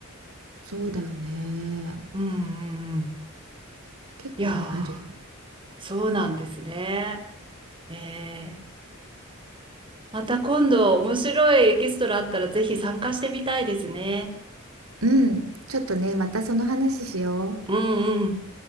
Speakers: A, on the right (about 80°); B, on the right (about 25°).
A: そうだよね。
B: うんうんうん。
A: 結構ね、
B: いや
A: あるよ。
B: ー、そうなんですね。ねえまた今度面白いエキストラあったらぜひ参加してみたいですね。
A: うん。ちょっとね、またその話しよう。
B: うんうん。